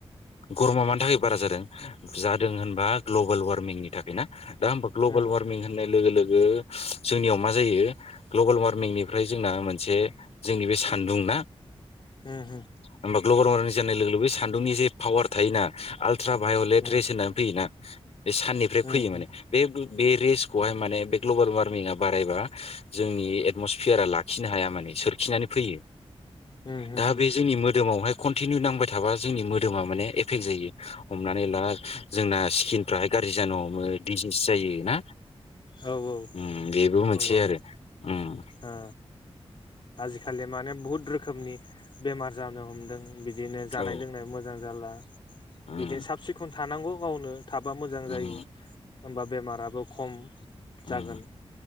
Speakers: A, on the left; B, on the left.
A: गर'मा मानि थाखाय बारा जादों। जादों होनबा ग्लबेल वार्मिंनि थाखाय ना दा होम्बा ग्लबेल
B: उम
A: वार्मिं होन्नाय लोगो लोगो जोंनियाव मा जायो ग्लबेल वार्मिंनिफ्राय जोंना मोनसे जोंनि बे सान्दुं ना
B: उम उम
A: होम्बा ग्लबेल वारमिं जानाय लोगो बे सान्दुंनि जे पावार थायोना आल्ट्रा भाय'लेट
B: उम
A: रेस होन्नानै फैयोना। बे साननिफ्राय
B: उम
A: फैयो माने बे ब बे रेसखौहाय माने बे ग्ल'बेल वार्मिआ बारायबा जोंनि एटम'सिफियारा लाखिनो हाया माने सोर खिनानै फैयो
B: उम उम
A: दा
B: उम
A: बे जोंनि मोदोमावहाय कनटिनिउ नांबाय थाबा जोंनि मोदोमा माने एफेक्ट जायो हमनानै ला जोंना स्किनफ्राहाय गा ज्रि जानो हमो दिजिस जायो ना।
B: औ औ
A: उम बेबो मोनसे
B: नंगौ
A: आरो उम।
B: ओ आजिखालि माने बुहुद रोखोमनि बेमार जानो हमदों। बिदिनो जानाय
A: औ
B: लोंनाय मोजां जाला
A: उम
B: बिदिनो साब सिखन थानांगौ गावनो। थाबा मोजां
A: उम
B: जायो होम्बा बेमाराबो खम। जागोन
A: उम